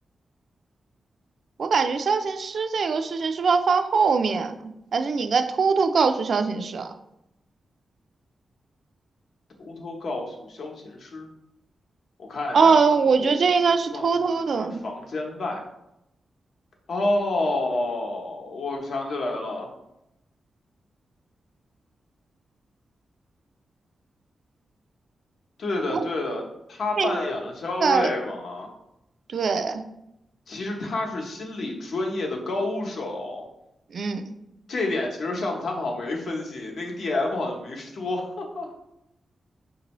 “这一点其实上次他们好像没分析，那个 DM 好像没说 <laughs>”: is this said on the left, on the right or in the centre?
Left